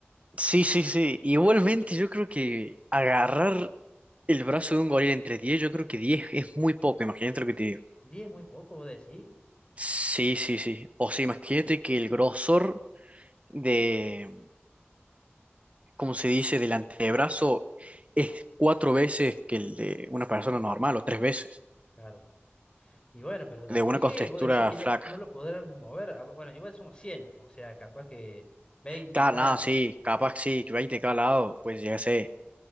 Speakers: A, on the right; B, on the left.
A: Sí, sí, sí. Igualmente, yo creo que agarrar el brazo de un gorila entre 10 yo creo que 10 es muy poco. Imagínate lo que te digo.
B: 10 es muy poco, vos decís.
A: Sí, sí, sí. O sea, imagínate que el grosor de. como se dice, del antebrazo es cuatro veces que el de una persona normal o tres veces,
B: Claro. Y bueno, pero de
A: de
B: a 10,
A: una contextura
B: vos decís que
A: flaca.
B: no, no lo podrán mover. Ah, Bueno, igual somos 100 o sea, capaz que 20
A: Claro,
B: en cada.
A: nada, sí, capaz sí, que 20 de cada lado, pues ya sé,